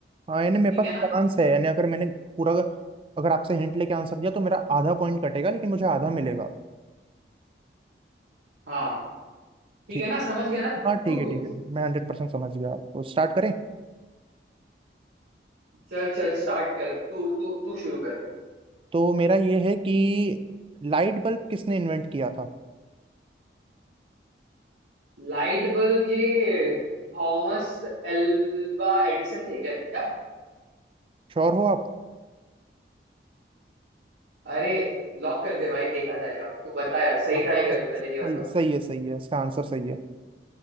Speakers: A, on the right (about 30°); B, on the right (about 80°).
A: हाँ यानी मेरे
B: ठीक
A: पास
B: है ना
A: चांस है यानी अगर मैंने पूरा अगर आपसे हिंट लेके आंसर दिया तो मेरा आधा पॉइंट कटेगा लेकिन मुझे आधा मिलेगा
B: हाँ ठीक
A: ठीक
B: है ना समझ गया ना
A: हाँ
B: तू
A: ठीक
B: रूल्स
A: है ठीक है मैं हंड्रेड परसेंट समझ गया तो स्टार्ट करें
B: चल चल स्टार्ट कर तू तू तू शुरू कर
A: तो मेरा ये है कि लाइट बल्ब किसने इन्वेंट किया था
B: लाइट बल्ब ये थॉमस एल्वा एडिसन थे क्या
A: श्योर हो आप
B: अरे लॉक कर दे भाई देखा जाएगा तू बता यार सही
A: हाँ
B: था या गलत
A: सही
B: पहले ये बता
A: सही है सही है इसका आंसर सही है